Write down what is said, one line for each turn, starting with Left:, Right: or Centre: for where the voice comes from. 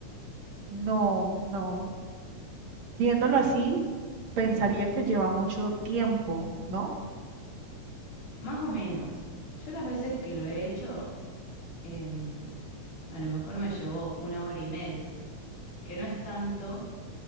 Right: No, no. Viéndolo así, pensaría que lleva mucho tiempo, ¿no?
Left: Más o menos. Yo las veces que lo he hecho, em, a lo mejor me llevó una hora y media, que no es tanto